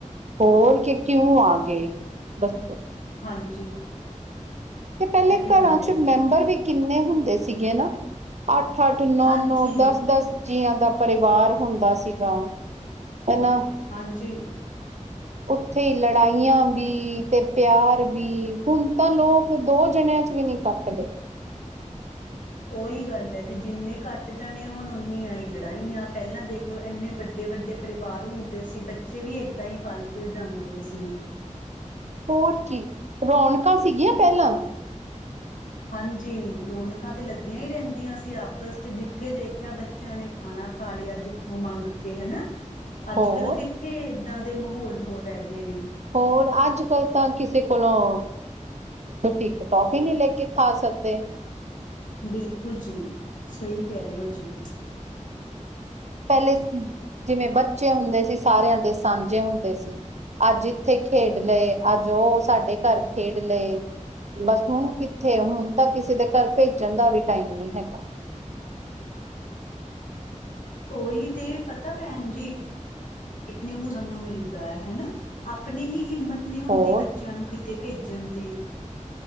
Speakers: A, on the right; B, on the left.
A: ਹੋਰ ਕੀ ਕਿਉਂ ਆ ਗਏ। ਦੱਸੋ
B: ਹਾਂਜੀ।
A: ਤੇ ਪੈਲੇ
B: ਸਹੀ
A: ਘਰਾਂ
B: ਗੱਲ
A: 'ਚ'
B: ਹੈ ਜੀ
A: ਮੈਂਬਰ ਵੀ ਕਿੰਨੇ ਹੁੰਦੇ ਸੀਗੇ ਨਾ। ਅੱਠ-ਅੱਠ, ਨੌ-ਨੌ,
B: ਹਾਂਜੀ
A: ਦਸ-ਦਸ। ਜੀਆਂ ਦਾ ਪਰਿਵਾਰ ਹੁੰਦਾ ਸੀਗਾ, ਐਨਾ।
B: ਹਾਂਜੀ।
A: ਉੱਥੇ ਲੜਾਈਆਂ ਵੀ, ਤੇ ਪਿਆਰ ਵੀ, ਹੁਣ ਤਾਂ ਲੋਕ ਦੋ ਜਣਿਆਂ 'ਚ ਵੀ ਨੀ ਕਟ ਦੇ
B: ਉਹੀ ਗੱਲ ਐ, ਜੇ ਜਿੰਨੇ ਘੱਟ ਜਾਣੇ ਹੋਣ, ਓਨੀਆ ਈ ਲੜਾਈਆ, ਪਹਿਲਾਂ ਦੇਖਲੋ ਐਨੇ ਵੱਡੇ-ਵੱਡੇ ਪਰਿਵਾਰ ਹੁੰਦੇ ਸੀ, ਬੱਚੇ ਵੀ ਐਦਾਂ ਹੀ ਪਲ-ਭੁਲ ਜਾਂਦੇ ਸੀ।
A: ਹੋਰ ਕੀ, ਰੌਣਕਾਂ ਸੀਗੀਆਂ ਪਹਿਲਾਂ।
B: ਹਾਂਜੀ, ਰੌਣਕਾਂ ਤੇ ਲੱਗੀਆਂ ਹੀ ਰਹਿੰਦੀਆਂ ਸੀ ਆਪ ਬਸ, ਜਿੱਥੇ ਦੇਖਿਆ ਬੱਚਿਆਂ ਨੇ ਖਾਣਾ ਖਾ ਲਿਆ ਜਿੱਥੋਂ ਮੰਗ ਕੇ ਹਨਾ। ਅੱਜ
A: ਹੋਰ
B: -ਕੱਲ ਕਿੱਥੇ, ਐਦਾਂਦੇ ਮਾਹੌਲ ਹੋਰ ਰਹਿ ਗਏ ਨੇ।
A: ਹੋਰ ਅੱਜ-ਕੱਲ ਤਾਂ ਕਿਸੇ ਕੋਲੋਂ ਤੁਸੀਂ ਇੱਕ ਟੋਫੀ ਨੀ ਲੈ ਕੇ ਖਾ ਸਕਦੇ।
B: ਬਿਲਕੁਲ ਜੀ, ਸਹੀ ਕਹਿ ਰਹੇ ਓ ਜੀ।
A: ਪੈਲੇ ਜਿਵੇਂ ਬੱਚੇ ਹੁੰਦੇ ਸੀ, ਸਾਰਿਆਂ ਦੇ ਸਾਂਝੇ ਹੁੰਦੇ ਸੀ। ਅੱਜ ਇੱਥੇ ਖੇਡ ਲਏ, ਅੱਜ ਉਹ ਸਾਡੇ ਘਰ ਖੇਡ ਲਏ। ਬਸ ਹੁਣ ਕਿੱਥੇ, ਹੁਣ ਤਾਂ ਕਿਸੇ ਦੇ ਘਰ ਭੇਜਣ ਦਾ ਵੀ ਟਾਈਮ ਨੀ ਹੈਗਾ।
B: ਉਹੀ ਤੇ ਪਤਾ ਭੈਣਜੀ। ਇਕ ਨਿਊ ਸਾਨੂੰ ਮਿਲਦਾ ਐ, ਹਨਾ, ਆਪਣੀ ਈ ਹਿੰਮਤ ਆਪਣੀ ਹੁੰਦੀ,
A: ਹੋਰ
B: ਬੱਚਿਆਂ ਨੂੰ ਕਿਤੇ ਭੇਜਣ ਦੀ।